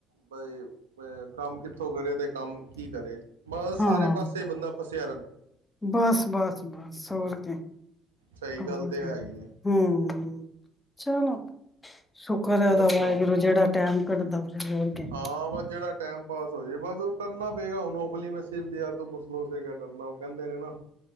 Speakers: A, on the right (about 80°); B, on the left (about 15°).
A: ਬਾਈ ਕੰਮ ਕਿੱਥੋਂ ਕਰੇ, ਅਤੇ ਕੰਮ ਕੀ ਕਰੇ‌ ਮਤ ਸਾਰੇ
B: ਹਾਂ
A: ਪਾਸੇ ਬੰਦਾ ਫਸੇ‌
B: ਬਸ ਬਸ ਬਸ ਹੋਰ ਕ
A: ਸਹੀ
B: ਹੋਰ
A: ਗੱਲ ਤੇ ਹੈ ਹੀ ਹੈ
B: ਹਮ ਚਲੋ ਸੁੁਖਰ
A: ਹੋਰ
B: ਹੈਦਾ
A: ਸੁਣਾਓ
B: ਵਾਹਿਗੁਰੂ ਜਿਹੜਾ ਟੈਮ ਘਢਦਾ ਜ਼ਰ ਕੇ
A: ਹਾਂ ਬਸ ਜਿਹੜਾ ਟਾਈਮ ਪਾਸ ਹੋ ਜਾਏ ਬਸ ਉਹ ਕਰਨਾ ਪਏਗਾ ਉਹ ਨੌਖਲੀ ਮੈਂ ਸਿਰ ਦ ਤਾਂ ਮੁਸਲੋ ਕਿਆ ਡਰਨਾ ਉਹ ਕਹਿੰਦੇ ਨੇ ਨਾ